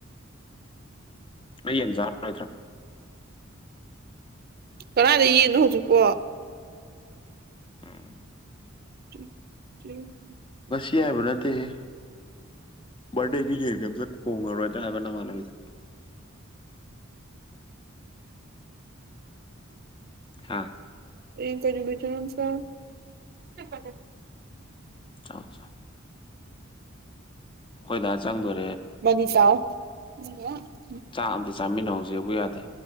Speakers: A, on the left (about 25°); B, on the right (about 45°).
A: ꯑꯩ ꯌꯦꯟ ꯆꯔ <unintelligible> ꯔꯣꯏꯗ꯭ꯔ‌ꯣ
B: ꯀꯥꯗꯥꯏꯗꯩ ꯌꯦꯟꯅ‌ꯣ ꯍꯧꯖꯤꯛꯄꯣ
A: ꯎꯝ <unintelligible>
B: <unintelligible>
A: ꯁꯤ ꯍꯥꯏꯕ ꯅꯠꯇꯦꯍ‌ꯦ ꯕꯥꯔꯗꯦꯒꯤ ꯌꯦꯟꯒ ꯑꯝꯇ ꯀ‌ꯣꯡꯉꯔꯣꯏꯗꯔ ꯍꯥꯏꯕ ꯅꯃꯥꯟꯅꯕꯤꯗ ꯍꯥ
B: ꯌ‌ꯦꯡ ꯀꯩ ꯅꯨꯃꯤꯠꯇꯅ‌ꯣꯝ ꯆꯥ <unintelligible>
A: ꯆꯥꯎ ꯆꯥꯎ ꯈ‌ꯣꯏ ꯗꯥ ꯆꯪꯗ‌ꯣꯔ‌ꯦ
B: ꯃꯅꯤ ꯆꯥꯔ <unintelligible>
A: ꯆꯥꯛ ꯑꯃꯗꯤ ꯆꯥꯃꯤꯟꯅꯍꯧꯁꯦꯕꯨ ꯌꯥꯗꯦ